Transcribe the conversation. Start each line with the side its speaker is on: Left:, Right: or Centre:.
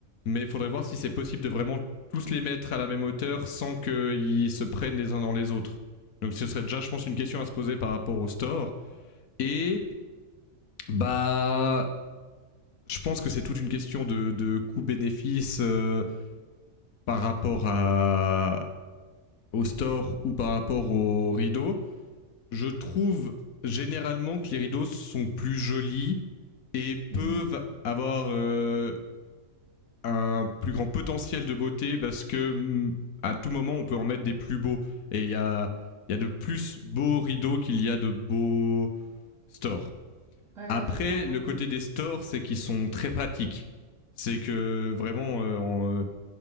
Left: Mais il faudrait voir si c'est possible de vraiment tous les mettre à la même hauteur sans qu'ils se prennent les uns dans les autres. Donc ce serait déjà, je pense, une question à se poser par rapport au store. Et bah, je pense que c'est toute une question de, de coût-bénéfice. euh, par rapport à, au store ou par rapport aux rideaux, je trouve généralement que les rideaux sont plus jolis et peuvent
Right: mhm,
Left: avoir euh, un plus grand potentiel de beauté parce que mm, à tout moment on peut en mettre des plus beaux et il y a, il y a de plus beaux rideaux qu'il y a de beaux stores.
Right: ouais,
Left: Après,
Right: ça c'est un
Left: le
Right: argument.
Left: côté des stores, c'est qu'ils sont très pratiques. C'est que vraiment, euh, en, euh,